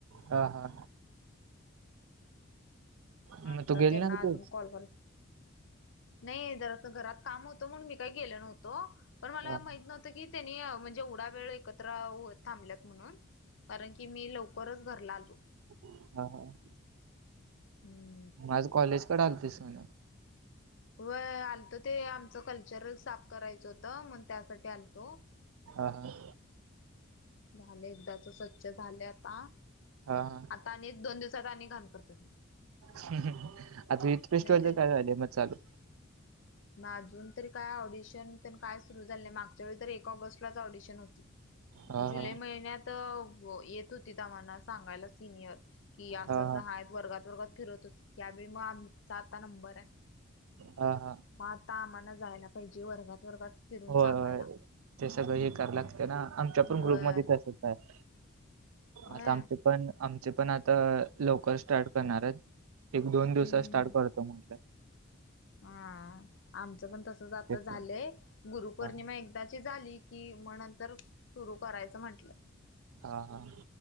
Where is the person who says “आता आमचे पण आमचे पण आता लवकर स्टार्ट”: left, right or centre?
Right